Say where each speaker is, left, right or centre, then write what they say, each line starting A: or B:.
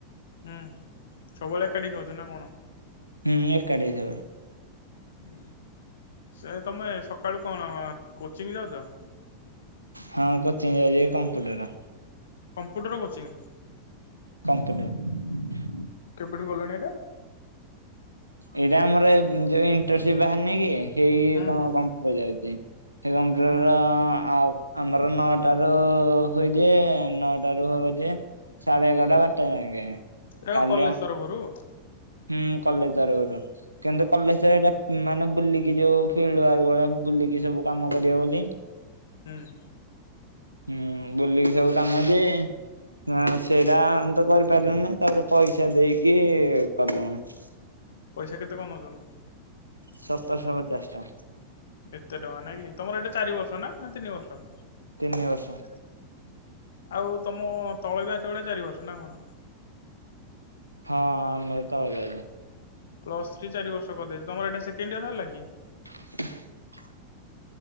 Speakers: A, on the left; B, on the right.
A: ହୁଁ ସବୁବେଳେ ଏକାଠି ଖାଉଛୁ ନା କଣ?
B: ହୁଁ ଏକାଠି ଖାବେ।
A: ହୁଁ ସେ ତମେ ସକାଳୁ କଣ କୋଚିଙ୍ଗ ଯାଉଚ?
B: ହଁ କୋଚିଂ ଯାଉଛି କମ୍ପ୍ୟୁଟର।
A: Computer coaching.
B: <inaudible>
A: କେବେଠୁ ଗଲାଣି ଏଇଟା?
B: ଏଇଟା ଆମର ଯୋଉ ଇଣ୍ଟରସିପ ବାହାରି ନି କି। ହେଇ
A: ହୁଁ
B: କ
A: ହୁଁ
B: କମ୍ପୁଟର ଯାଉଛି। ସେ କମ୍ପ୍ୟୁଟର
A: ହୁଁ।
B: ର ଆଉ। ଆମର ନଅଟାରୁ ହୁଏ ଯେ ନଅଟାରୁ ହବ ଯେ ସାଢେ ଏଗାରଟା ବାରଟା ଯାକେ।
A: ଏଇଟା
B: କାଲି
A: କଣ କଲେଜ
B: ଆମ
A: ତରଫରୁ?
B: ହୁଁ କଲେଜ ତରଫରୁ କିନ୍ତୁ କଲେଜ <unintelligible> ମାନେ ବୁଲିକି ଯୋଉ ଫିଲ୍ଡ ୱାର୍କ ବୁଲିକି ସବୁ କାମ କରିବ ବୋଲି।
A: ହୁଁ।
B: ହୁଁ ବୁଲିକି ସବୁ କାମ ଦିଏ ଏ ସେଇଟା ତ କରିପାରିଲନି ତାପରେ ପଇସା ଦେଇକି <unintelligible>
A: ପଇସା କେତେ କଣ ନଉଛନ୍ତି
B: ସତରଶହ ପଚାଶ ଟଙ୍କା।
A: ଏତେ ଟଙ୍କା ନାଇଁ କି ତମର ଏଇଟା ଚାରି ବର୍ଷ ନା ତିନି ବର୍ଷ?
B: ତିନି ବର୍ଷ।
A: ଆଉ ତମ ତଳ ବ୍ୟାଚ ଗୁଡ଼ା ଚାରି ବର୍ଷ ନା କଣ?
B: ହଁ ଆମ ତଳ ବ୍ୟାଚ୍।
A: ପ୍ଲସ ଥ୍ରୀ ଚାରି ବର୍ଷ କରିଦେଇଛି ତମର ଏଇଟା ସେକେଣ୍ଡ ଇୟର ହେଲା କି?
B: <inaudible>